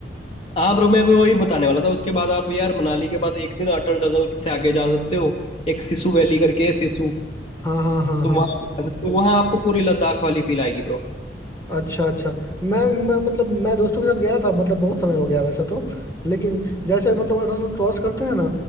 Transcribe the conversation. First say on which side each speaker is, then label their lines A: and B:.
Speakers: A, on the left; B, on the left.
A: हाँ ब्रो मैं भी वही बताने वाला था उसके बाद आप यार मनाली के बाद एक दिन अटल टनल से आगे जा सकते हो एक सिसु वैली करके है, सिसु
B: हाँ हाँ हाँ
A: तो
B: हाँ
A: वहाँ तो वहाँ आपको पूरी लद्दाख वाली फील आएगी ब्रो
B: अच्छा अच्छा मैं, मैं मतलब मैं दोस्तों के साथ गया था मतलब बहुत समय हो गया वैसे तो लेकिन जैसे मतलब अटल टनल क्रॉस करते हैं ना